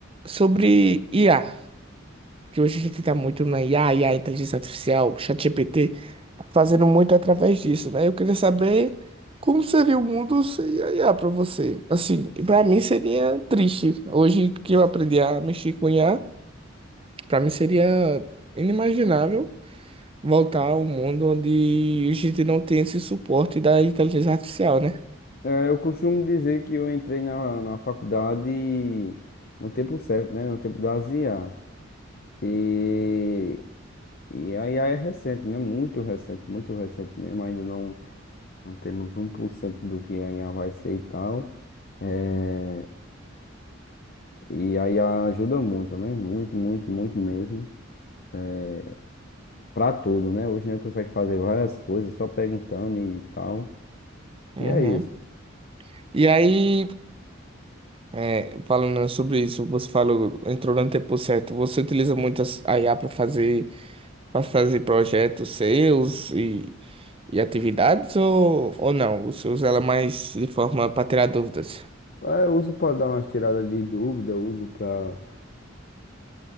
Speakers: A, on the right (about 30°); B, on the left (about 50°).
A: sobre IA. que hoje a gente tá muito na IA, IA, inteligência artificial, ChatGPT, tá fazendo muito através disso, né? Eu queria saber como seria o mundo sem a IA para você. Assim, E para mim seria triste. Hoje que eu aprendi a mexer com IA, para mim seria inimaginável voltar ao mundo onde a gente não tem esse suporte da inteligência artificial, né?
B: é, eu costumo dizer que eu entrei na, na faculdade no tempo certo, né? No tempo da ZIA. E E aí aí é recente, né? Muito recente, muito recente mesmo. Ainda não, não temos um por cento do que a IA vai ser e tal. É, e aí ajuda muito, né? Muito, muito, muito mesmo. É, Pra tudo, né? Hoje nós consegue fazer várias coisas só perguntando e tal.
A: Uhum.
B: E é isso.
A: E aí, é, falando sobre isso, você falou, entrou no tempo certo, você utiliza muito a IA para fazer para fazer projetos seus e, e atividades ou, ou não? Você usa ela mais de forma para tirar dúvidas.
B: É, eu uso para dar umas tiradas de dúvida, eu uso para